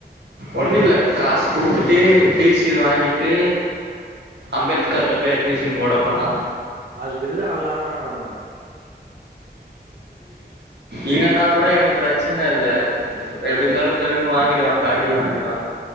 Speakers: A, on the right; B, on the right.
A: ஒன்னு இல்ல காஸ் குடுத்துட்டு டீசி வாங்கிட்டு அம்பேத்கர்ல
B: ம் ம்
A: போய் அட்மிஷன் போட போறா
B: அதுக்கு எதுடா அல்லார்ரா அவன்
A: இல்லன்னா கூட எனக்கு பிரச்சன இல்ல எப்டி இருந்தாலும் தருனு வாங்கி <unintelligible> டுவான் காடி வாங்கிடுவா